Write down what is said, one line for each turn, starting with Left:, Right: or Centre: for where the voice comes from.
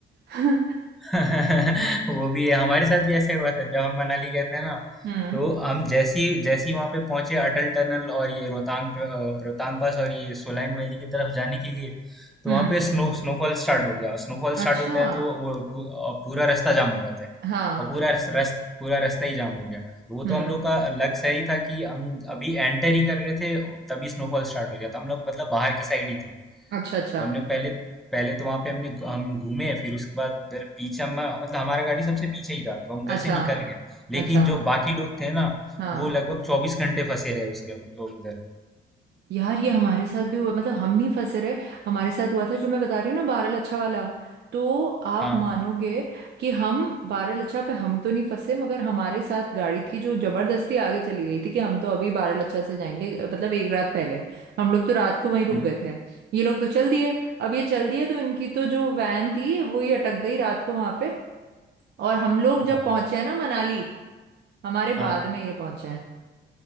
Right: <laughs>
Centre: <laughs> वो भी है हमारे साथ भी ऐसा हुआ था जब हम मनाली गए थे ना
Right: हम्म
Centre: तो हम जैसी जैसी वहां पे पहुंचे अटल टनल और ये रोहतांग पे- अ, रोहतांग पास और ये सोलैंग वैली की तरफ जाने के लिए तो
Right: हम्म
Centre: वहां पे स्नो स्नोफॉल स्टार्ट हो गया स्नोफॉल
Right: अच्छा
Centre: स्टार्ट होता है तो वो पू- अ, पूरा रास्ता जाम हो जाता है
Right: हाँ
Centre: और पूरा रस, रस, पूरा रास्ता ही जाम हो गया तो वो
Right: हम्म
Centre: तो हम लोग का लक सही था कि हम अभी एंटर ही कर रहे थे तभी स्नोफॉल स्टार्ट हो गया था हम लोग मतलब बाहर की साइड ही थे
Right: अच्छा
Centre: तो
Right: अच्छा
Centre: हमने पहले पहले तो वहां पे हमने हम घूमे फिर उसके बाद उधर पीछे हम मतलब हमारा गाड़ी सबसे पीछे ही था तो हम उधर
Right: अच्छा
Centre: से निकल गए
Right: अच्छा
Centre: लेकिन जो बाकी लोग थे ना
Right: हाँ
Centre: वो लगभग चौबीस घंटे फंसे रहे उसके उधर
Right: यार ये हमारे साथ भी हुआ मतलब हम नहीं फंसे रहे हमारे साथ हुआ था जो मैं बता रही हूँ ना बारह लच्छा वाला तो आप
Centre: हाँ
Right: मानोगे कि हम बारह लच्छा पे हम तो नहीं फंसे मगर हमारे साथ गाड़ी थी जो जबरदस्ती आगे चली गई थी कि हम तो अभी बारह लच्छा से जाएंगे मतलब एक रात पहले हम लोग तो रात को वहीं रुक
Centre: हम्म,
Right: गए थे ये लोग तो चल दिए अब ये चल दिए तो इनकी तो जो वैन थी वो ही अटक गई रात को वहां पे और हम लोग
Centre: अच्छा
Right: जब पहुंचे हैं ना मनाली हमारे
Centre: हाँ
Right: बाद में ये पहुंचे हैं